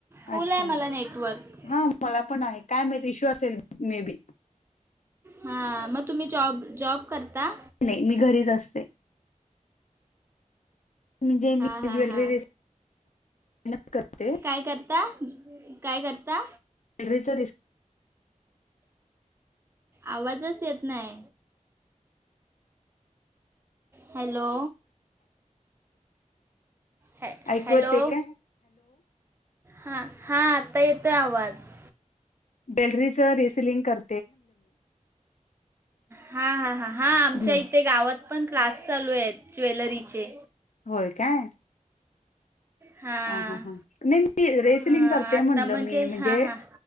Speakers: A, on the right; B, on the left.
A: फुल
B: अच्छा
A: आहे मला नेटवर्क
B: हा मला पण आहे काय माहिती इश्यू असेल मे बी
A: हा मग तुम्ही जॉब जॉब करता
B: नाही मी घरीच असते म्हणजे मी
A: हा हा
B: ज्वेलरी
A: हा
B: रिस्क करते
A: काय करता काय करता
B: रे स रे स
A: आवाजच येत नाय हॅलो हॅ
B: ऐकू
A: हॅलो
B: येतंय काय
A: हा हा आत्ता येतोय आवाज
B: बॅलरीचं रेसलिंग कर
A: हा हा हा हा आमच्या
B: हम्म
A: इथे गावात पण क्लास चालू आहेत ज्वेलरीचे
B: होय काय.
A: हां
B: हा, हा, हा नाही मी रेसलिंग
A: हां
B: करते
A: आत्ता
B: म्हणलं मी म्हणजे.
A: हां हां